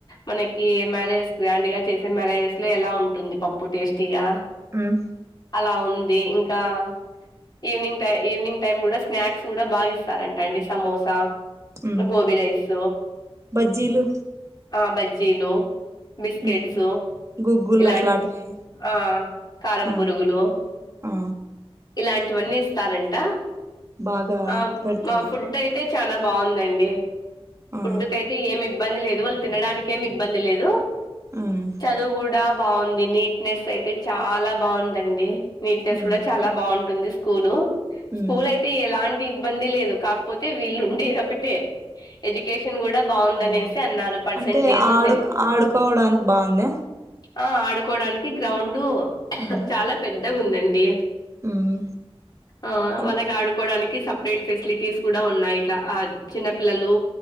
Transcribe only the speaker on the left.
మనకి మ్యారేజెస్ గ్రాండ్‌గా చేసే మ్యారేజెస్‌లో ఎలా ఉంటుంది పప్పు టేస్టీగా
అలా ఉంది ఇంకా ఈవినింగ్ టై ఈవినింగ్ టైం కూడా స్నాక్స్ కూడా బాగా ఇస్తారంట అండి సమోసా
గోబి రైస్
ఆ బజ్జీలు బిస్కెట్సు
ఇలాం
ఆ కారం
బురుగులు
ఇలాంటివన్నీ ఇస్తారంట
ఆ
మా ఫుడ్ అయితే చానా బాగుందండి
ఫుడ్డుకి అయితే ఏమి ఇబ్బంది లేదు వాళ్ళు తినడానికి ఏమి ఇబ్బంది లేదు
చదువు కూడా బాగుంది నీట్నెస్ అయితే చాలా బాగుందండి నీట్నెస్
కూడా చాలా బాగుంటుంది స్కూల్ స్కూల్
అయి తే ఎలాంటి ఇబ్బంది లేదు కాకపోతే వీళ్ళు ఉండేది ఒకటే ఎడ్యుకేషన్ కూడా బాగుందనేసి
అన్నారు పర్సంటేజ్
టెన్ అ
ఆ ఆడుకోడానికి గ్రౌండ్
చాలా పెద్దగా ఉందండి
ఆ
వాళ్ళకి ఆడుకోడానికి స ప్రేట్ ఫెసిలిటీస్ కూడా ఉన్నాయి ఇట్లా ఆ చిన్న పిల్లలు